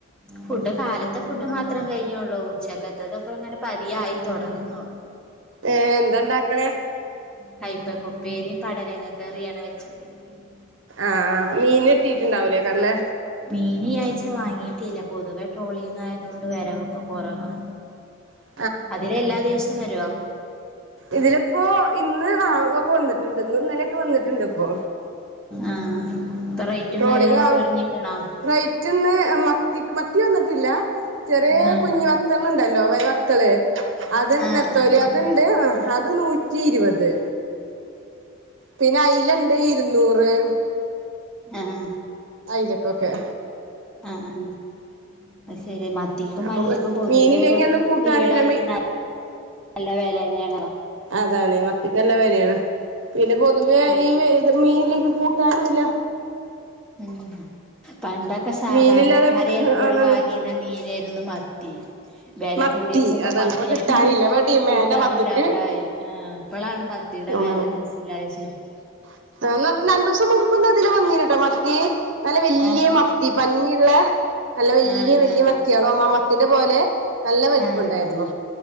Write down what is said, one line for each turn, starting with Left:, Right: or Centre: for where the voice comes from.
Centre: ഫുഡ് കാലത്തെ ഫുഡ് മാത്രം കഴിഞ്ഞെയുള്ളൂ. ഉച്ചക്കത്തതൊക്ക്ങ്ങനെ പതിയെ ആയി തൊടങ്ങുന്നു
Right: ഏഹ് എന്തണ്ടാക്കണേ
Centre: കൈപ്പ കുപ്പേരിയും പടരങ്ങ കറിയാണ് വെ സഘരിക്കുന്നു
Right: ആഹ് ആഹ് മീൻ കിട്ടീട്ടുണ്ടാവല്ലേ കരണേ
Centre: മീൻ ഈ ആഴ്ച വാങ്ങീട്ടില്ല പൊതുവെ ട്രോളിങ്ങ് ആയത് കൊണ്ട് വരവൊക്കെ കുറവാ
Right: ആ
Centre: അതിലേ എല്ലാ ദിവസവും വരുവോ
Right: ഇതിലിപ്പോ ഇന്ന് ആ ആള ഒക്കെ വന്നിട്ടുണ്ട് ഇന്ന് ഇന്നലൊക്കെ വന്നിട്ടുണ്ട് ഇപ്പോ
Centre: ആഹ് പ്പൊ റെയ്റ്റും
Right: ട്രോളിങ്
Centre: കാര്യങ്ങളൊക്കെ
Right: ആവും
Centre: ഒര്ങ്ങിക്ക്ണൊ?
Right: റൈറ്റ് ന്ന് മത്തിക്ക് മത്തി വന്നിട്ടില്ലാ. ചെറിയ
Centre: ആഹ്
Right: കുഞ്ഞഞ് വെത്തള്ണ്ടല്ലൊ വെ വ.... ത്തള് അത്
Centre: ആഹ്
Right: നത്തോലി
Centre: ആഹ്
Right: അത്ണ്ട്. ആഹ് അത് നൂറ്റി ഇരുപത്. പിന്നെ അയ്ലണ്ട് ഇരുന്നൂറ്.
Centre: ആഹ്
Right: അയ്ലക്കൊക്കെ.
Centre: ആഹ് ആഹ് അയ് ശരി. മ.... ത്തിക്കും,
Right: അപ്പൊ
Centre: അയ്‌ലക്കും പൊതുവേ
Right: മീനില്ലെങ്കി
Centre: ഇപ്പൊ
Right: അന്ന് കൂട്ടാനുല്ല
Centre: ഈടായിട്ട്
Right: മീ
Centre: ന നല്ല വെലേന്നാണലെ.
Right: അതാണ്. മത്തിക്കല്ലെ വെലേണ്. പിന്നെ പൊതുവെ
Centre: ആഹ്
Right: ഈ വേ.... മീൻല്ലെങ്കി കൂട്ടാനുംല്ല.
Centre: ഉം. പണ്ടൊക്കെ സാധാരണക്കാര്
Right: മീനില്ലാതെ നമുക്ക്
Centre: എപ്പോഴും
Right: അതാണ്
Centre: വാങ്ങീന്ന മീനായിര്ന്നു മ... ത്തി. വെല
Right: മത്തി
Centre: കൂടിയക്കുമ്പൊ
Right: അതാണ്
Centre: മത്തിയാ
Right: ഇപ്പൊ കിട്ടാനില്ല ഇപ്പൊ ഡിമാൻഡാ
Centre: കിട്ടാനില്ലാണ്ടായി.
Right: മത്തിക്ക്
Centre: ആഹ് ഇപ്പളാണ് മത്തീടെ
Right: തോന്നാണ്
Centre: വെല മൻസ്സിലായത് ശരിക്കും.
Right: <unintelligible> രണ്ടൂസം മുമ്പ് ന്നാ ഇതിലെ വന്ന്ണ്ട് ട്ടൊ മത്തി. നല്ല വെല്ല്യ
Centre: ആഹ്
Right: മ... ത്തി. പഞ്ഞിള്ളെ നല്ല വെല്ല്യെ
Centre: ആഹ്
Right: വെല്ല്യെ
Centre: ആഹ്
Right: മത്തിയാളാമ്പം ആ മത്തിന്റെ പോലെ നല്ല വെൽപ്പം
Centre: ആഹ്
Right: ണ്ടായിര്ന്നു.